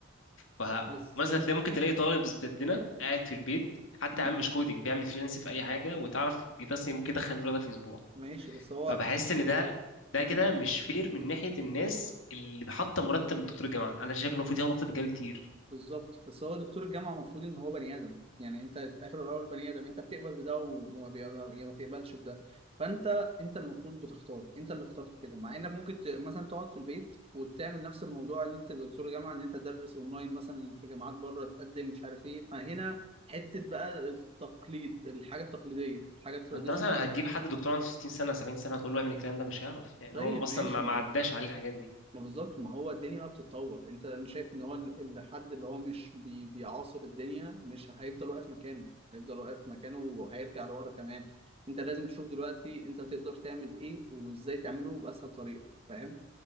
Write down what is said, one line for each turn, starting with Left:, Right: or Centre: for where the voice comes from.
Left: فمثلا
Right: بس انت
Left: تلاقي ممكن تلاقي طالب زي بتاعنا قاعد في البيت حتى
Right: مم.
Left: يا عم مش كودينج بيعمل فريلانس في اي حاجه وتعرف بيتصل ممكن يدخل المبلغ ده في اسبوع
Right: ماشي بس هو
Left: فبحس ان ده ده
Right: مم.
Left: كده مش فير من ناحيه الناس اللي حاطه مرتب لدكتور الجامعه انا شايف انه المفروض ياخد اكتر من كده بكتير
Right: بالظبط بس هو دكتور الجامعه المفروض ان هو بني ادم يعني انت في الاخر والاول بني ادم انت بتقبل بده وما بي... يا ما تقبلش بده فانت انت اللي المفروض بتختار انت اللي اخترت كده مع انك ممكن ت... مثلا تقعد في البيت وتعمل نفس الموضوع ان انت دكتور جامعه ان انت تدرس اونلاين مثلا في جامعات بره تقدم مش عارف ايه فهنا حته بقى التقليد الحاجه التقليديه الحاجه التراديشنال
Left: ما انت مثلا هتجيب حد دكتور عنده 60 سنه 70 سنه تقول له اعمل الكلام ده مش هيعرف يعني
Right: طيب
Left: هو اصلا
Right: ماشي
Left: ما
Right: ما
Left: ما عداش
Right: هو
Left: عليه الحاجات دي يعني
Right: ما بالظبط ما هو الدنيا بقى بتتطور انت انا شايف ان هو ال- الحد اللي هو مش بي بيعاصر الدنيا مش هيفضل واقف مكانه هيفضل واقف مكانه وهيرجع لورا كمان انت لازم تشوف دلوقتي انت تقدر تعمل ايه وازاي تعمله باسهل طريقه فاهم